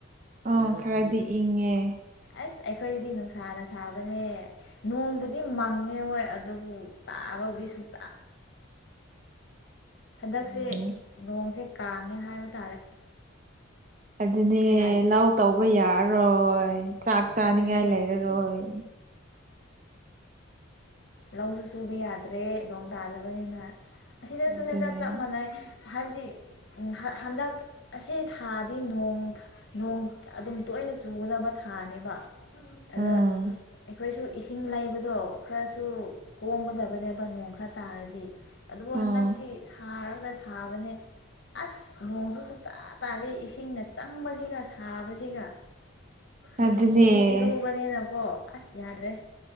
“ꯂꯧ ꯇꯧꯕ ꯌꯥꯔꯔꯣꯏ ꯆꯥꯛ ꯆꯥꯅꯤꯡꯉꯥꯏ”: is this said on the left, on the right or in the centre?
Right